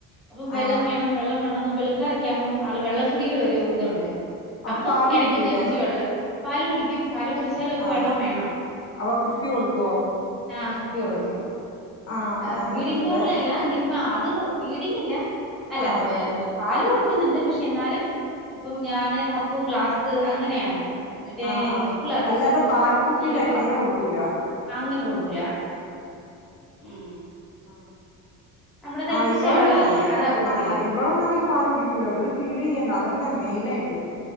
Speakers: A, in the centre; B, on the left (about 40°).
A: അപ്പം വെള്ളം
B: ആഹ്
A: വേണം വെള്ളം വേണോന്ന് വെളുക്കാറെക് ക്ക്യാവുമ്പം ആള് വെള്ളം കുടിയുടെ ഒരു ഇതൊണ്ട്
B: അപ്പൊ
A: അപ്പം
B: പാല്
A: എടയ്
B: കുടിക്കൂലേ
A: ക്കുന്നെണീച്ച് വെള്ള പാല് കു കുടിക്കും പാല് കുടിച്ചാലു അവക്ക്
B: ആഹ്
A: വെള്ളം വേണം
B: അപ്പൊ കുപ്പി കൊടുക്കുവോ
A: ആ കുപ്പി കൊടുക്കും
B: ആഹ്
A: അ
B: അങ്ങനെണ്ട്ല്ലേ
A: ഫീഡിംഗ് ബോട്ടിലല്ല നിപ്പ് ആ അത് കൊട് ഫീഡിങ്ങില്ല അല്ല
B: ആഹ്
A: വേന്നം പാലു കൊടുക്കുന്നുണ്ട് പക്ഷേ എന്നാലും ഇപ്പം ഞാന് കപ്പും ഗ്ലാ സ് അങ്ങനെയാ മറ്റേ
B: ആഹ് ആഹ്
A: നിപ്പിളതിപ്പം
B: അല്ലാതെ പാൽക്കുപ്പിയില്
A: ശീലിപ്പിക്
B: അങ്ങനെ കൊടുക്കൂല
A: അങ്ങനെ കൊടുക്കൂല ഉം
B: ആ
A: നമ്മുടെ തിളപ്പിച്ച
B: ആ ഇവളൊന്നുവങ്ങനെ
A: വെള്ളം ഇല്ലേ അതാ കൊടുക്കല്
B: ആ ഇവളൊന്നുവങ്ങനെ പാല് കുടിക്കൂല ഇവളീ ഫീഡ് യ്യന്നെ അതന്നെ മെയ്‌നായിട്ട്